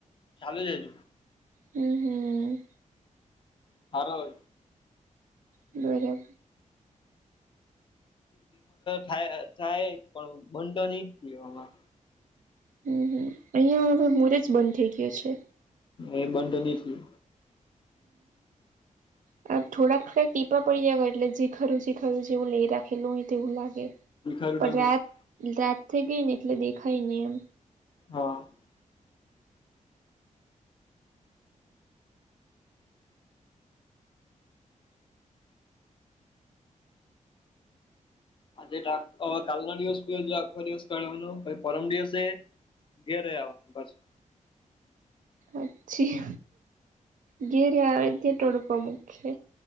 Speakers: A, on the left (about 40°); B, on the right (about 75°).
A: ચાલુ છે જ.
B: હમ હમ.
A: હાર <unintelligible>
B: હમ.
A: થાય થાય પણ બનંધ ન જમાં.
B: હમ હમ અહિયાં હવે મોરેજ બંધ થઇ ગયો છે.
A: એ બંધ નથી.
B: હ. થોડાક ટીપા પડી જ એટલે જે ખરું જે જેવું લઈ રાખેલું હોય તેવું લાગે.
A: ભીખારું
B: પણ
A: તો નથી
B: રાત રાત થઈ ગઈ ને એટલે દેખાય નઈ એમ.
A: હા. આજે કાલનો દિવસ બી હજી આખો દિવસ ગણવાનો પહિ પરમ દિવસે ઘેરે આવ પાછું.
B: અછી ઘેરે આવે તે ટડકો મુખે.